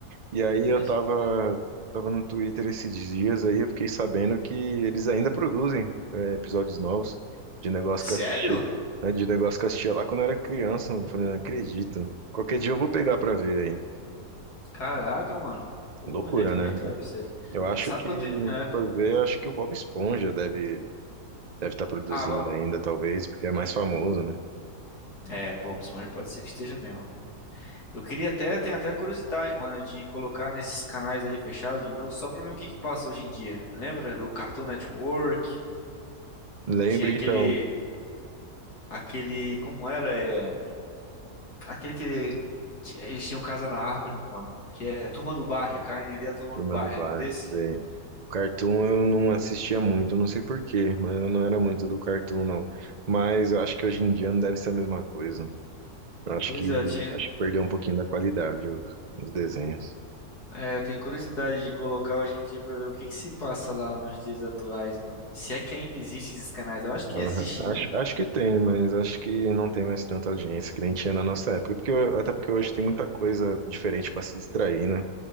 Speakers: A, on the right; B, on the left.
A: E aí
B: Não,
A: eu
B: pode
A: tava,
B: crer.
A: tava no Twitter esses dias aí, eu fiquei sabendo que eles ainda produzem é, episódios novos de negócio
B: Sério?
A: que eu assistia. né, de negócio que eu assistia lá quando eu era criança. Eu falei, não acredito. Qualquer dia eu vou pegar pra ver aí.
B: Caraca, mano. Pô,
A: Loucura,
B: inacreditável
A: né?
B: isso aí.
A: Eu acho
B: Sabe
A: que,
B: que
A: se
B: eu tenho. É.
A: for ver, acho que o Bob Esponja deve deve estar produzindo
B: Ah, bom.
A: ainda, talvez, porque é mais famoso, né?
B: É, pô, principalmente pode ser que esteja mesmo. Eu queria até, tenho até curiosidade, mano, de colocar nesses canais aí fechados de novo, só pra ver o que que passa hoje em dia. Lembra? O Cartoon Network,
A: Lembro,
B: tinha aquele,
A: então.
B: aquele, como era? É, Aquele que ti- eles tinham casa na árvore, mano. Como que é? Turma do Bairro, KND, a Turma
A: Turma
B: do Bairro,
A: do Bairro,
B: lembra desse?
A: sei. Cartoon eu não assistia muito, eu não sei por quê, mas eu não era muito do Cartoon, não. Mas eu acho que hoje em dia não deve ser a mesma coisa. Eu acho
B: Pois
A: que
B: é, eu tinha,
A: acho que perdeu um pouquinho da qualidade os, os desenhos.
B: é, eu tenho curiosidade de colocar hoje em dia pra ver o que que se passa lá nos dias atuais, mano. Se é que ainda existem esses canais, eu acho que
A: Aham.
B: existe, né?
A: Acho, acho que tem, mas acho que não tem mais tanta audiência que nem tinha na nossa época. Porque, eu- até porque hoje tem muita coisa diferente para se distrair, né?